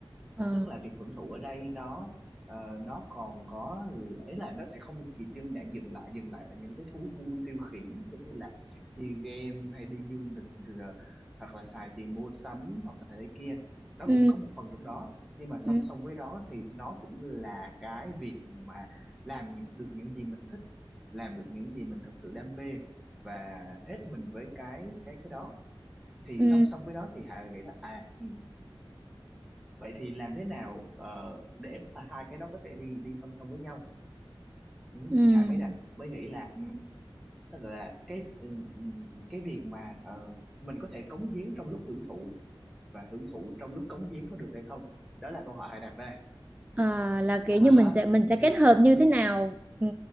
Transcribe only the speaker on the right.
ờ
ừ
ừ
ừ
ừ
Ờ, là kiểu
như mình sẽ mình sẽ kết
hợp như thế nào ừ,